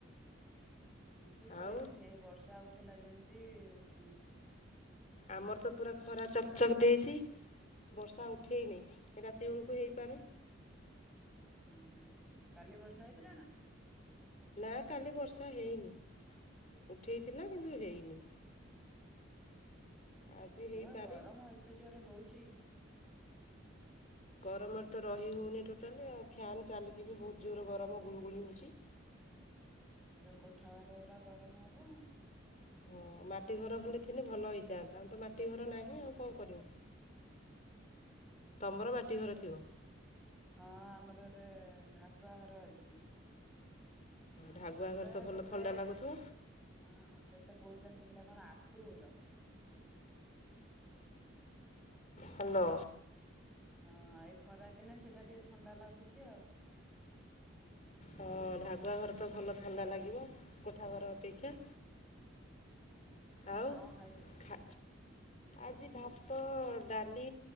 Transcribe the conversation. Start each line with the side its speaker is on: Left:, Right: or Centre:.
Centre: ମୁଁ ବି ସେଇ ଶୋଇଥିନି
Left: ଆଉ
Centre: ଏଇ ବର୍ଷା ଉ ଉଠେଇଲା ଯେମିତି ଉଠିନି।
Left: ଆମର ତ ପୁରା ଖରା ଚକ୍ ଚକ୍ ଦେଇଚି, ବର୍ଷା ଉଠେଇନି, ରାତି ବେଳକୁ ହେଇପାରେ।
Centre: ହୁଁ କାଲି ବର୍ଷା ହେଇଥିଲା ନା?
Left: ନା କାଲି ବର୍ଷା ହେଇନି। ଉଠେଇ ଥିଲା କିନ୍ତୁ ହେଇନି।
Centre: ହୁଁ।
Left: ଆଜି ହେଇପାରେ।
Centre: ହଁ ବା ଗରମ ଏତେ ଯୋରେ ହଉଚି।
Left: ଗରମରେ ତ ରହି ହଉନି ଟୋଟାଲି ଆଉ, ଫ୍ୟାନ ଚାଲିକି ବି ବହୁତ ଯୋର ଗରମ ଗୁଳୁଗୁଳି ହଉଛି।
Centre: ଏରା କୋଠାଘର ଗୁରା ଗରମ ହବ ଆଉ।
Left: ହଁ ମାଟି ଘର ଖଣ୍ଡେ ଥିଲେ ଭଲ ହେଇଥାନ୍ତା, ଆମେ ତ ମାଟି ଘର ନାହିଁ ଆଉ କଣ କରିବୁ?
Centre: ଉଁ
Left: ତମର ମାଟି
Centre: ଆମର
Left: ଘର ଥିବ।
Centre: ହଁ ଆମର ରେ ଢାଗୁଆ ଘର ଅଛି।
Left: ଢାଗୁଆ
Centre: ସେଟା
Left: ଘରେ ତ ଭଲ
Centre: କେତେ
Left: ଥଣ୍ଡା ଲାଗୁଥିବ
Centre: ହଁ କେତେ କହୁଛନ୍ତି ସେ ଏଟା କଣ ଆଟୁ ଘର?
Left: ହାଲୋ।
Centre: ହଁ ଏଇ ଖରା ଦିନେ ସେଇଟା ଟିକେ ଥଣ୍ଡା ଲାଗୁଚି ଆଉ।
Left: ହଁ ଢାଗୁଆଘର ତ ଭଲ ଥଣ୍ଡା ଲାଗିବ। କୋଠା ଘର ଅପେକ୍ଷା।
Centre: ଆଉ
Left: ଆଉ
Centre: କଣ ଖାଇଥିଲୁ?
Left: ଖା ଆଜି ଭାତ ଡାଲି,